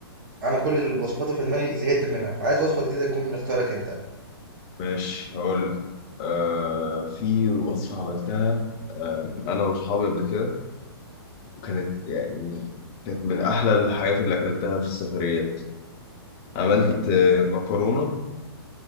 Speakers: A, on the right; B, on the left.
A: انا كل الوصفات اللي في دماغي زهقت منها فعايز وصفه جديده تكون من اختيارك انت
B: ماشي هقول لك آه في وصفة عملتها آه أنا وأصحابي قبل كده وكانت يعني كانت من أحلى الحاجات اللي أكلتها في السفريات عملت آه مكرونة